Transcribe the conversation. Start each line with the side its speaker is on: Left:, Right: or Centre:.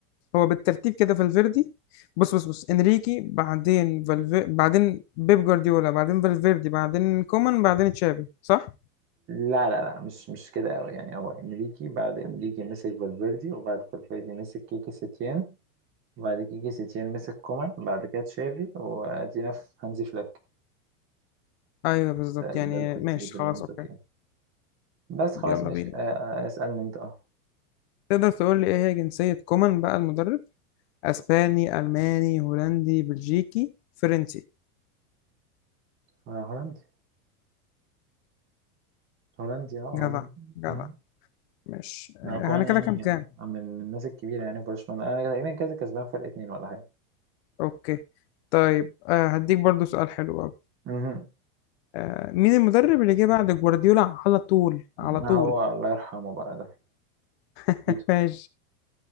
Left: هو بالترتيب كده فالفيردي بص بص بص انريكي بعدين فالفي... بعدين بيب جوارديولا بعدين فالفيردي بعدين كومان بعدين تشافي صح؟
Right: لا لا لا مش مش كده قوي يعني هو انريكي بعد انريكي مسك فالفيردي وبعد فالفيردي مسك كيكي سيتيان وبعد كيكي سيتيان مسك كومان بعد كده تشافي وادينا في هانزي فليك
Left: ايوه بالظبط
Right: ده,
Left: يعني
Right: ده الترتيب
Left: ماشي
Right: المنطقي
Left: خلاص اوكي
Right: يعني بس
Left: طب
Right: خلاص
Left: يلا
Right: ماشي
Left: بينا
Right: آه، آه، اسألني انت اه
Left: تقدر تقول لي ايه هي جنسية كومان بقى المدرب اسباني الماني هولندي بلجيكي فرنسي
Right: آه، هولندي هولندي اه
Left: جدع
Right: هولندي
Left: جدع
Right: مم.
Left: ماشي آه،
Right: آه، كومان
Left: انا كده
Right: يعني
Left: كام كام
Right: آه، من من الناس الكبيرة يعني في برشلونة انا تقريبا كذا كسبان فرق اتنين ولا حاجة
Left: اوكي طيب آه هديك برضو سؤال حلو قوي
Right: مهم.
Left: آه مين المدرب اللي جه بعد جوارديولا على طول
Right: ما
Left: على طول
Right: هو الله يرحمه بقى ده
Left: <laughs>
Right: تيتو
Left: ماشي